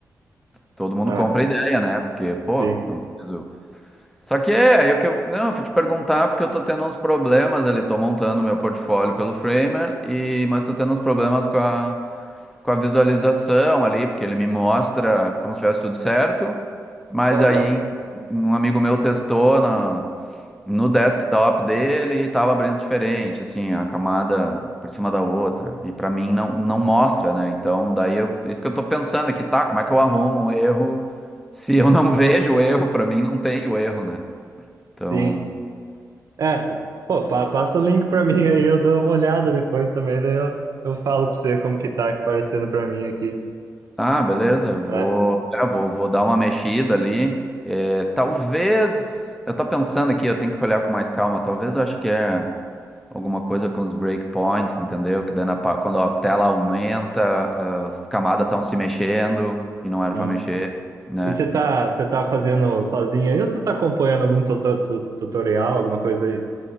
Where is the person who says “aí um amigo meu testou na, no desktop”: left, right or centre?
Centre